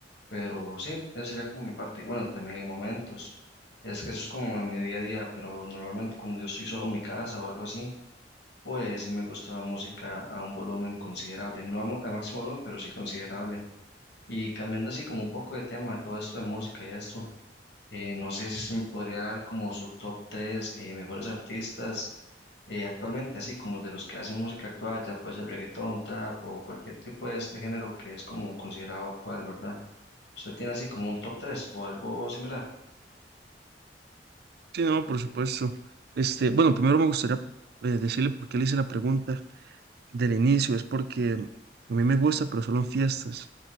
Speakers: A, on the left (about 70°); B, on the right (about 60°).
A: Pero sí, eso sería como mi parte. Bueno, también hay momentos. Es, eso es como en mi día a día, pero normalmente cuando yo estoy solo en mi casa o algo así, pues sí me gusta la música a un volumen considerable. No a, mo- a máximo volumen, pero sí considerable. Y cambiando así como un poco de tema de todo esto de música y esto, eh, no sé si usted me podría dar como su top 3 eh, mejores artistas eh, actualmente, así como de los que hacen música actual, ya puede ser reggaetón, trap o cualquier tipo de este género que es como considerado actual, ¿verdad? ¿Usted tiene así como un top 3 o algo similar?
B: Sí, no, por supuesto. Este, bueno, primero me gustaría eh, decirle por qué le hice la pregunta del inicio. Es porque a mí me gusta, pero solo en fiestas.